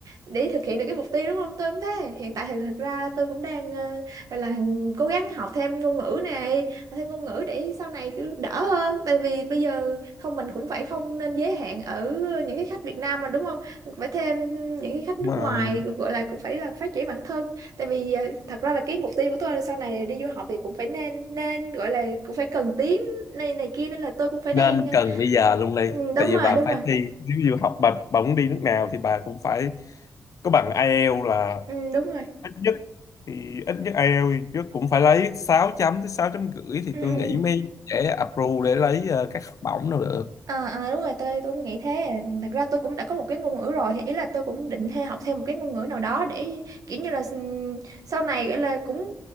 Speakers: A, on the right; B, on the left.
A: để thực hiện được cái mục tiêu đúng không tôi cũng thế hiện tại thì thực ra tôi cũng đang ờ, gọi là cố gắng học thêm ngôn ngữ này học thêm ngôn ngữ để sau này cứ đỡ hơn tại vì bây giờ không mình cũng phải không nên giới hạn ở những cái khách Việt Nam mà đúng không phải thêm những cái khách nước
B: đúng rồi
A: ngoài gọi là cũng phải là phát triển bản thân tại vì ờ, thật ra là cái mục tiêu của tôi là sau này đi du học thì cũng phải nên nên gọi là cũng phải cần tiếng này này kia nên là tôi cũng phải
B: nên
A: đang ờ,
B: cần bây giờ luôn đi
A: ừ, đúng
B: tại vì
A: rồi
B: bà
A: đúng
B: phải
A: rồi
B: thi nếu như học bà, bà muốn đi nước nào thì bà cũng phải có bằng IELTS là
A: ừ, đúng rồi
B: ít nhất thì ít nhất IELTS thì trước cũng phải lấy 6 chấm tới 6 chấm rưỡi thì
A: ừ,
B: tôi
A: ừ.
B: nghĩ mới dễ approve để lấy ờ, các học bổng đâu được
A: Ờ, ờ, đúng rồi tôi tôi cũng nghĩ thế thật ra tôi cũng đã có một cái ngôn ngữ rồi thì ý là tôi cũng định theo học thêm một cái ngôn ngữ nào đó để kiểu như là ừm, sau này gọi là cũng